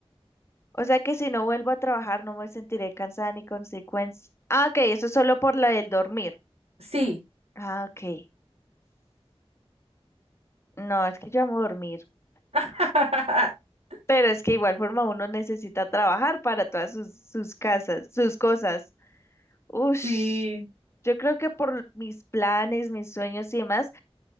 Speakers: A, on the left; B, on the right.
A: O sea que si no vuelvo a trabajar no me sentiré cansada ni consecuencia. Ah, ok, eso es solo por la del dormir.
B: Sí,
A: Ah, ok. No, es que yo amo dormir.
B: <laughs>
A: Pero es que igual forma uno necesita trabajar para todas sus, sus casas, sus cosas. Ush,
B: sí,
A: yo creo que por mis planes, mis sueños y demás,